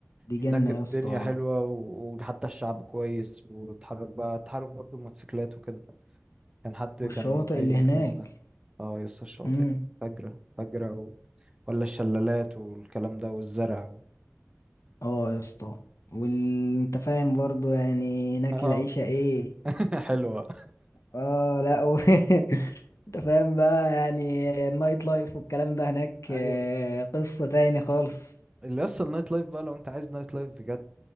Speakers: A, on the left; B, on the right.
A: دي
B: هناك
A: جنة
B: الدنيا
A: يا اسطى
B: حلوة و- وحتى الشعب كويس وتحرك بقى تحرك برضو موتوسيكلات وكده كان حد
A: والشواطئ
B: كان قايل
A: اللي
B: الكلام
A: هناك
B: ده اه يسطا الشاطئ
A: امم
B: فجرة فجرة و... ولا الشلالات والكلام ده والزرع و...
A: اه يا اسطى وانت فاهم برضو يعني هناك
B: اه
A: العيشة ايه
B: <laughs> حلوة
A: اه لا و... <laughs> انت فاهم بقى يعني النايت لايف والكلام ده هناك
B: ايوه
A: آه، قصة تاني خالص
B: اللي اصلا النايت لايف بقى لو انت عايز نايت لايف بجد